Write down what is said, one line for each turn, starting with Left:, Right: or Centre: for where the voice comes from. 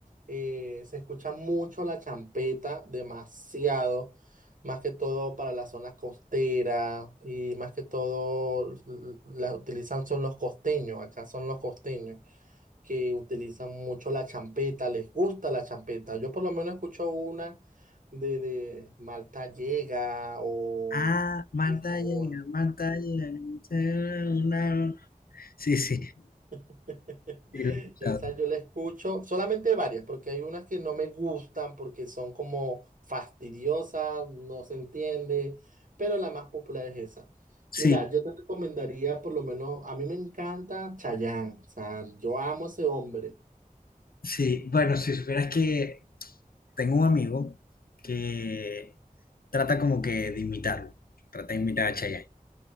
Right: eh, se escucha mucho la champeta, demasiado, más que todo para la zona costera y más que todo l- la utilizan son los costeños, acá son los costeños que utilizan mucho la champeta, les gusta la champeta. Yo por lo menos escucho una de, de Malta Llega o
Left: Ah, Marta
Right: esta borra,
Left: llega, Marta llega. una. Sí, sí,
Right: <laughs>
Left: sí, lo he escuchado.
Right: Esa yo la escucho, solamente varias, porque hay unas que no me gustan porque son como fastidiosas, no se entiende, pero la más popular es esa.
Left: Sí,
Right: Mira, yo te recomendaría por lo menos, a mí me encanta Chayanne, o sea, yo amo a ese hombre.
Left: Sí, bueno, si supieras que tengo un amigo que trata como que de imitarlo, trata de imitar a Chayanne.